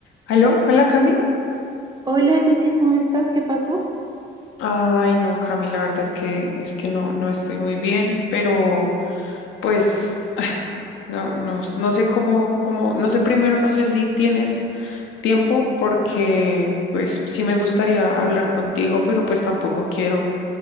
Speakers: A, on the left (about 80°); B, on the right (about 20°).
A: ¿Aló? ¿Hola, Cami?
B: Hola Jessy, ¿cómo estás? ¿Qué pasó?
A: Ay, no, Cami, la verdad es que es que no, no estoy muy bien, pero pues <sighs> no, no, no sé cómo, cómo, no sé primero, no sé si tienes tiempo, porque pues sí me gustaría hablar contigo, pero pues tampoco quiero